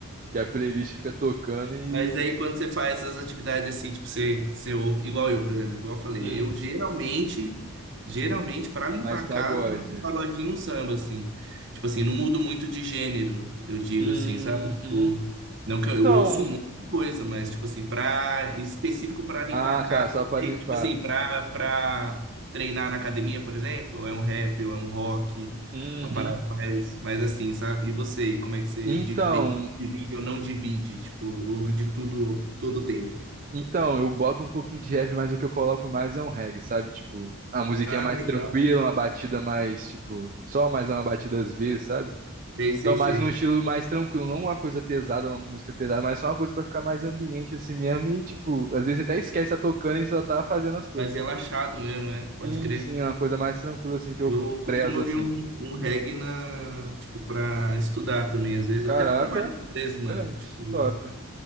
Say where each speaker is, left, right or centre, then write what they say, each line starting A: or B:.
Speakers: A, on the right (about 35°); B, on the right (about 55°).
A: Que a playlist fica tocando e.
B: Mas aí quando você faz essas atividades assim, tipo, você, você ouve, igual eu, por exemplo, igual eu falei,
A: Hum.
B: eu geralmente, geralmente, pra limpar
A: Mais pagode.
B: a casa é um pagodinho um samba, assim. Tipo assim, não mudo muito de gênero, eu digo
A: Uhum.
B: assim, sabe? Tipo, não que eu, eu
A: Então,
B: ouço um monte de coisa, mas tipo assim, pra, específico pra limpar
A: ah,
B: a casa,
A: tá, só pra
B: é
A: limpar.
B: isso. Tipo assim, pra, pra treinar na academia, por exemplo, ou é um rap, ou é um rock,
A: Uhum.
B: uma parada mais, mais assim, sabe? E você, como é que você
A: Então,
B: Divide ou não divide, tipo, ouve de tudo, todo o tempo.
A: então eu boto um pouquinho de rap, mas o que eu coloco mais é um reggae, sabe? Tipo, a musiquinha
B: Ah,
A: mais
B: legal.
A: tranquila, uma batida mais, tipo, só mais uma batida às vezes, sabe?
B: Sei,
A: Então,
B: sei, sei.
A: mais num estilo mais tranquilo, não uma coisa pesada, uma música pesada, mas só uma coisa pra ficar mais ambiente assim mesmo e, tipo, às vezes você até esquece, tá tocando e só tá fazendo as coisas.
B: Mas
A: sabe?
B: relaxado mesmo, né? Pode
A: Sim,
B: crer.
A: sim, uma coisa mais tranquila assim que eu
B: Eu costumo
A: prezo
B: ouvir
A: assim.
B: um, um reggae na, tipo, pra estudar também, às vezes,
A: Caraca.
B: até pra trabalhar, às vezes,
A: Diferente.
B: mano. Tipo,
A: Top.